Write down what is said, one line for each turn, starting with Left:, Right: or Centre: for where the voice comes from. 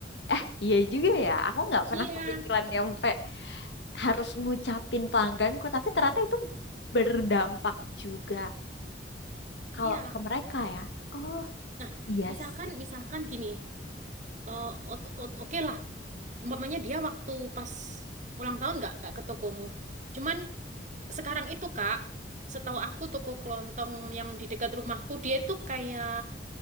Left: eh iya juga ya. Aku nggak pernah
Right: Iya,
Left: kepikiran nyampe harus ngucapin pelangganku, tapi ternyata itu berdampak juga kalau
Right: iya.
Left: ke mereka ya. Oh,
Right: Nah,
Left: iya
Right: misalkan,
Left: sih.
Right: misalkan gini, eh, ot- ot- oke lah, umpamanya dia waktu pas ulang tahun nggak nggak ke tokomu. Cuman sekarang itu Kak, setahu aku toko kelontong yang di dekat rumahku dia itu kayak